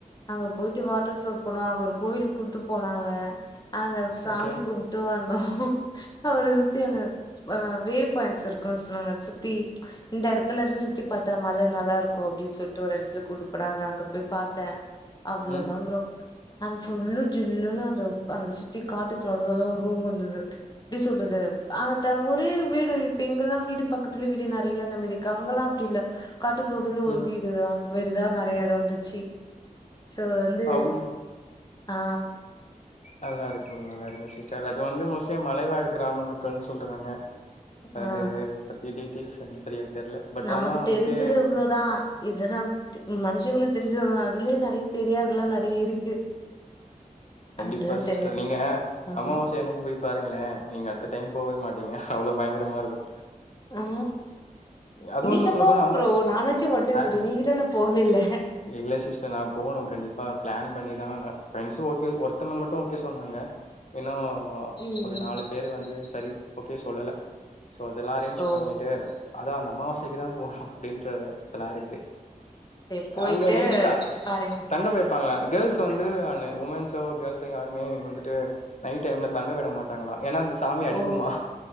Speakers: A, on the left (about 30°); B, on the left (about 55°).
A: அங்க போய்ட்டு வாட்டர் ஃபால் போனோ அங்க ஒரு கோயிலு கூப்ட்டு போனாங்க அங்க சாமி
B: ஓகே
A: கும் டோ வந்தோ அவர சுத்தி அந்த வே பாயிண்ட்ஸ் இருக்குன் சொன்னாங்க சுத்தி இந்த எடத் த்துல இருந்து சுத்தி பாத்தா மல நல்லாருக்கு அப்டின் சொல்ட்டு ஒரு எடத்துல கூட்னு போனாங்க அங்க போய் பாத்தே அவ்ளோதான்
B: ம்
A: ப்ரோ அங்க புஃல்லு ஜில்லுன்னு அது அந்த சுத்தி காட்டுக்கு நடுலதா ஒரு ரூம் வந்துது எப்டி சொல்றது ஆங்கத்த ஒரே வீடு இப்பெ இங்கல்லா வீடு பக்கத்துல வீடு நெறைய அந்த மேரி கவங்கல்லா அப்டி இல்ல காட்டுக்கு நடுல
B: ம்
A: ஒரு வீடு அந்த மேரிதான் நெறைய இருந்துச்சி சோ வந்து
B: அவுங்
A: ஆ
B: நல்லா இருக்கு நல்லா இருக்கு சிஸ்டர் அது வந்து மோஸ்ட்லி மலைவாழ் கிராம மக்கள்னு சொல்றாங்க
A: ஆ
B: அது பத்தி டீட்டெய்ல்ஸ் எனக்கு செரியா தெரில பட்
A: நமக்கு
B: ஆனா வந்துட்டு
A: தெரிஞ்சது இவ்ளோதா இதுதா மனுஷங்களுக்கு தெருஞ்சது அவ்ளோதா அதுலே நெறைய தெரியாதுல்லா நெறைய இருக்கு
B: கண்டிப்பா
A: அதெல்லா
B: சிஸ்டர்
A: தெரியாம
B: நீங்க
A: ஆமா
B: அம்மாவாசை அன்னிக்கு போய் பாருங்களேன் நீங்க அடுத்த டைம் போவவே மாட்டீங்க அவ்ளோ பயங்கரமா இருக்கு
A: ஆ
B: அது
A: நீங்க
B: ஒன்னு சொல்லப்போனா
A: போங்க
B: அம்மா
A: ப்ரோ நானாச்சு ஒன் டைம்
B: ஆ
A: போய்ட்டே நீங்க தான போவே இல்ல
B: இல்ல சிஸ்டர் நான் போணு கண்டிப்பா பிளான் பண்ணிதா ப்ரெண்ட்ஸும் ஓகே ஒருத்தங்க மட்டு ஓகே சொன்னாங்க இன்னு
A: ம்
B: ஒரு நாலு பேரு வந்து செரி ஓகே சொல்லல சோ அதெல்லா அரேஞ்
A: ஓ
B: பண்ணீட்டு அதா அந்த அம்மாவாசைக்கு தா போனு அப்டீன்ற இதெல்லாருக்கு
A: சரி போயிட்டு
B: அங்க நைட்டு தா
A: பாருங்க
B: தங்க வைப்பாங்களா கேர்ள்ஸ் வந்து உமன்ஸ் சோ கேர்ள்ஸ்ங்க யாருமே வந்துட்டு நைட் டைம்ல தங்க விட மாட்டாங்ளா ஏன்னா அ சாமி அடிக்குமாம்
A: ஓ